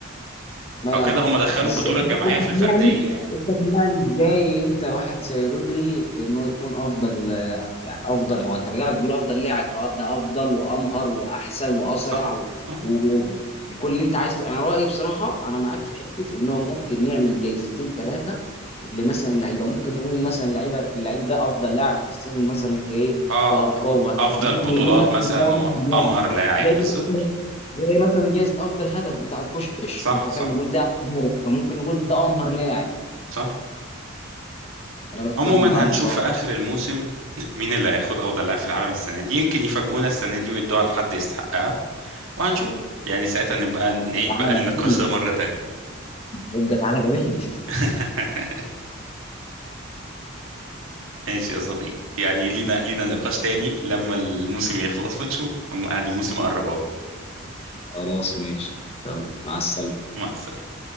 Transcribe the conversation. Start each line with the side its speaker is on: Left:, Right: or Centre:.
Left: ما
Right: فكده هم دخلوا
Left: يعني ازاي
Right: البطوله
Left: انت
Right: الجماعيه
Left: أنت
Right: في الفرديه
Left: تقنعني
Right: يعني
Left: انت تقنعني ازاي انت واحد زي رودري ان هو يكون افضل يعني افضل ما هو انت بقى بتقول افضل لاعب فده افضل وامهر واحسن واسرع
Right: صح
Left: و...
Right: صح
Left: و... وكل اللي انت عايز انا رايي بصراحه انا معاك في حته ان هو ممكن نعمل جايزتين ثلاثه لمثلا اللعيبه ممكن نقول مثلا اللعيبه اللعيب ده افضل لاعب في السيزون مثلا كايه
Right: اه
Left: كالقاب وهكذا
Right: افضل
Left: ممكن
Right: بطولات
Left: نقول مثلا
Right: مثلا
Left: ده أفضل
Right: وامهر
Left: لاعب.
Right: لاعب
Left: زي
Right: بالظبط
Left: زي مثلا جايزة أفضل هدف بتاع بوشكاش
Right: صح
Left: أنت
Right: صح
Left: فاهم نقول ده أحسن هدف فممكن نقول ده أمهر لاعب
Right: صح
Left: أنا بتفق
Right: عموما
Left: معاك
Right: هنشوف
Left: بصراحة
Right: في اخر الموسم <laughs> مين اللي هياخد افضل لاعب في العالم السنه دي يمكن يفاجئونا السنه دي ويدوها لحد يستحقها وهنشوف يعني ساعتها نبقى نعيد
Left: تعالى
Right: بقى النقاش
Left: قابلني
Right: ده مره تانية
Left: ابقى تعالى قابلني
Right: <laughs> ماشي يا صديقي يعني لينا لينا نقاش تاني لما الموسم يخلص ونشوف عادي الموسم قرب اهو
Left: خلاص ماشي يلا مع السلامة
Right: مع السلامه